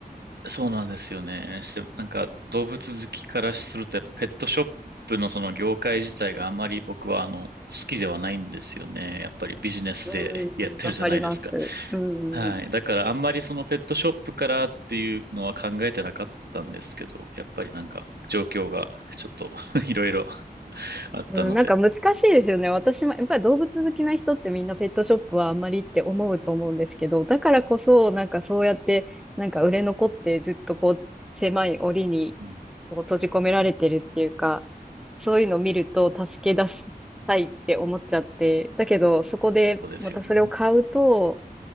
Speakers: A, on the right (about 80°); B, in the centre.
A: そうなんですよね。して、なんか動物好きからすると、やっぱペットショップのその業界自体があまり僕はあの、好きではないんですよね。やっぱりビジネスで
B: う
A: <laughs> やってるじゃないですか。
B: ん、わかります。うん、
A: はい。
B: うん、
A: だからあんまりそのペットショップからっていうのは考えてなかったんですけど、やっぱりなんか状況がちょっと <laughs> いろいろ <laughs> あったので、
B: うん、なんか難しいですよね。私も、やっぱり動物好きな人ってみんなペットショップはあんまりって思うと思うんですけど、だからこそ、なんかそうやって、なんか売れ残ってずっとこう、狭い檻に
A: うん、
B: こう閉じ込められてるっていうか、そういうのを見ると助け出したいって思っちゃって、だけどそこでまたそれを買うと、
A: そうですよね。